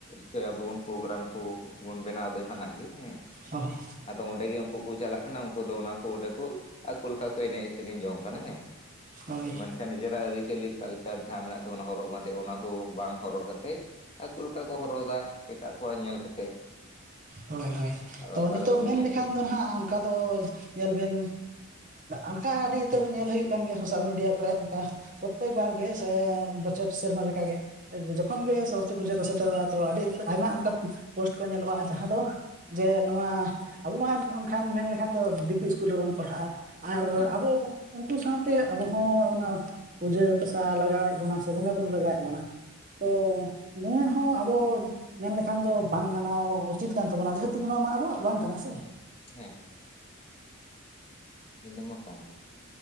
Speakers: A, on the left (about 30°); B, on the right (about 35°).
A: ᱡᱮ ᱟᱵᱚ ᱵᱚᱱ ᱯᱨᱳᱜᱨᱟᱢ ᱠᱚᱵᱚᱱ ᱵᱮᱱᱟᱣ ᱮᱫᱟ ᱡᱟᱦᱱᱟᱜ ᱜᱮᱤ ᱦᱮᱸ
B: ᱥᱚᱦᱮ
A: ᱟᱫᱚ ᱚᱱᱰᱮ ᱜᱮᱤ ᱩᱱᱠᱩ ᱠᱚ ᱪᱟᱞᱟᱜ ᱠᱟᱱᱟ ᱩᱱᱠᱩ ᱫᱚ ᱚᱱᱟ ᱠᱚ ᱚᱸᱰᱮᱠᱩ ᱟᱠᱚ ᱞᱮᱠᱟ ᱠᱚ ᱮᱱᱮᱡ ᱥᱮᱨᱮᱧ ᱡᱚᱝ ᱠᱟᱱᱟ ᱦᱮᱸ
B: ᱦᱳᱭ
A: ᱢᱮᱱᱠᱷᱟᱱ ᱱᱤᱡᱮᱨᱟᱜ ᱟᱹᱨᱤᱪᱟᱞᱤ ᱠᱟᱞᱪᱟᱨ ᱡᱟᱦᱟᱸ ᱢᱮᱱᱟᱜ ᱛᱟᱵᱚᱱᱟ ᱦᱚᱨᱚᱜ ᱵᱟᱸᱫᱮ ᱚᱱᱟ ᱠᱚ ᱵᱟᱝ ᱦᱚᱨᱚᱜ ᱠᱟᱛᱮᱜ ᱟᱠᱚ ᱞᱮᱠᱟ ᱠᱚ ᱦᱚᱨᱚᱜ ᱮᱟ ᱮᱴᱟᱜ ᱠᱚᱣᱟᱜ ᱧᱮᱞ ᱠᱟᱛᱮᱫ
B: ᱦᱳᱭ ᱦᱳᱭ
A: ᱟᱨ
B: ᱛᱚ
A: ᱚᱱᱠᱟ
B: ᱱᱤᱛᱚᱜ
A: ᱞᱮᱠᱟ ᱠᱚ
B: ᱢᱮᱱ
A: ᱮᱱᱮᱡ
B: ᱞᱮᱠᱷᱟᱱ
A: ᱥᱮᱨᱮᱧ
B: ᱫᱚ ᱦᱟᱸᱜ ᱚᱱᱠᱟ ᱫᱚ ᱧᱮᱞ ᱵᱮᱱ ᱚᱱᱠᱟ ᱟᱹᱰᱤ ᱩᱛᱟᱹᱨ ᱧᱮᱞ ᱦᱩᱭᱩᱜ ᱠᱟᱱ ᱜᱮᱭᱟ ᱥᱳᱥᱟᱞ ᱢᱤᱰᱤᱭᱟ ᱠᱚᱨᱮᱜ ᱚᱱᱠᱟ ᱯᱨᱚᱠᱛᱮᱠ ᱵᱟᱨ ᱜᱮ ᱥᱮ ᱵᱚᱪᱷᱚᱨ ᱥᱮᱨᱢᱟ ᱞᱮᱠᱟᱜ ᱜᱮ ᱡᱚᱠᱷᱚᱱ ᱜᱮ ᱥᱚᱨᱚᱥᱚᱛᱤ ᱯᱩᱡᱟᱹ ᱠᱚ ᱥᱮᱴᱮᱨᱚᱜᱼᱟ ᱛᱚ ᱟᱹᱰᱤ ᱟᱭᱢᱟ ᱚᱱᱠᱟ ᱯᱳᱥᱴ ᱠᱚ ᱧᱮᱞᱚᱜᱼᱟ ᱡᱟᱦᱟᱸ ᱫᱚ ᱡᱮ ᱱᱚᱣᱟ ᱟᱵᱚ ᱢᱟ ᱚᱱᱠᱷᱟᱱ ᱢᱮᱱ ᱞᱮᱠᱷᱟᱱ ᱫᱚ ᱫᱤᱠᱩ ᱤᱥᱠᱩᱞ ᱨᱮᱵᱚᱱ ᱯᱟᱲᱦᱟᱜᱼᱟ ᱟᱨ
A: ᱦᱮᱸ
B: ᱟᱵᱚ ᱩᱱᱠᱩ ᱥᱟᱶ ᱛᱮ ᱟᱵᱚᱦᱚᱸ ᱚᱱᱟ ᱯᱩᱡᱟᱹ ᱯᱟᱥᱟ ᱞᱟᱜᱟᱣᱮᱫ ᱵᱚᱱᱟ ᱥᱮ ᱵᱚᱸᱜᱟᱼ ᱵᱩᱨᱩ ᱞᱟᱜᱟᱣᱮᱫ ᱵᱚᱱᱟ
A: ᱦᱮᱸ
B: ᱛᱚ ᱱᱚᱣᱟ ᱦᱚᱸ ᱟᱵᱚ ᱢᱮᱱᱞᱮᱠᱷᱟᱱ ᱫᱚ ᱵᱟᱝ ᱢᱟᱱᱟᱣ ᱩᱪᱤᱫ ᱠᱟᱱ ᱛᱟᱵᱚᱱᱟ ᱡᱮᱦᱮᱛᱩ ᱚᱱᱟ ᱢᱟ ᱟᱵᱚᱣᱟᱜ ᱵᱟᱝ ᱠᱟᱱᱟ ᱥᱮ
A: ᱦᱮᱸ ᱤᱱᱟ ᱢᱟ ᱠᱟᱱ ᱜᱮ